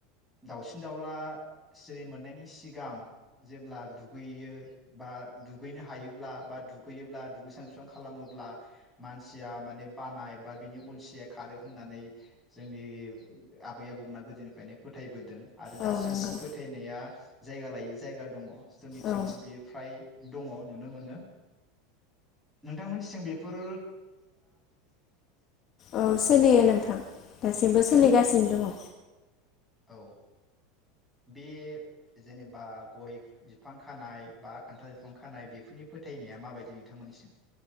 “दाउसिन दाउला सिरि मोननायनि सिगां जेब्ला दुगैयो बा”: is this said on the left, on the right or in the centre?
Centre